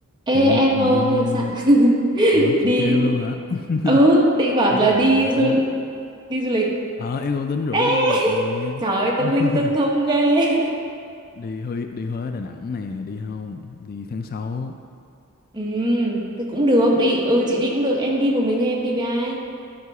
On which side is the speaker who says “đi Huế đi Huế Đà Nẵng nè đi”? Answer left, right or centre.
Left